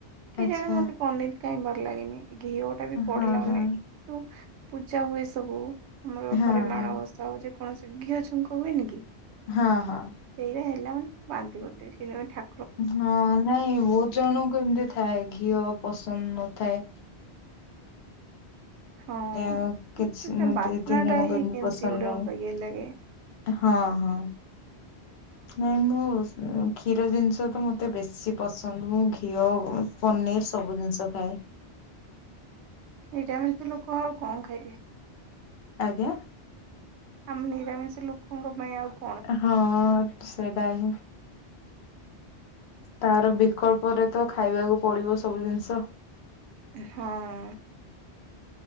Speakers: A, on the right; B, on the left.
A: କି
B: ଆଚ୍ଛା
A: ଜାଣେ ମତେ ପନିର କାଇଁ ଭଲ ଲାଗେନି ଘିଅ ସେଠା ବି ପଡିଲା
B: ହଁ ହଁ
A: ମାନେ ଯଉ ପୂଜା ହୁଏ ସବୁ ଆମର
B: ହଁ
A: ଘରେ ମାଣବସା
B: ହଁ।
A: ହଉ ଯେକୌ ଣସି ଘିଅ ଛୁଙ୍କ ହୁଏନି କି?
B: ହଁ ହଁ
A: ସେଇଟା ହେଲା ମାନେ ବାନ୍ତି କରିଦେବି ସେଦିନ ଠା
B: ହଁ ନାଇଁ ବହୁତ ଜଣଙ୍କୁ ଏମିତି ଥାଏ ଘିଅ ପସନ୍ଦ ନଥାଏ।
A: ହଁ।
B: ଆଉ କିଛି
A: ମତେ ସେ ବାସ୍ନାଟା
B: ଦି ତିନି ଜଣଙ୍କୁ
A: ହିଁ
B: ଏମିତି
A: କେମିତି
B: ପସନ୍ଦ
A: ଗୋଟେ
B: ନାହିଁ।
A: ଅବାଗିଆ ଲାଗେ
B: ହଁ ହଁ ନାଇଁ ମୁଁ କ୍ଷୀର ଜିନିଷ ତ ମତେ ବେଶୀ ପସନ୍ଦ ମୁଁ ଘିଅ ପନିର ସବୁ ଜିନିଷ ଖାଏ।
A: ନିରାମିଷ ଲୋକ ଆଉ କଣ ଖାଇବେ?
B: ଆଜ୍ଞା
A: ଆମେ ନିରାମିଷ ଲୋକଙ୍କ ପାଇଁ ଆଉ କ
B: ହଁ ସେଇଟା ହିଁ ତାର ବିକଳ୍ପରେ ତ ଖାଇବାକୁ ପଡିବ ସବୁ ଜିନିଷ।
A: ହଁ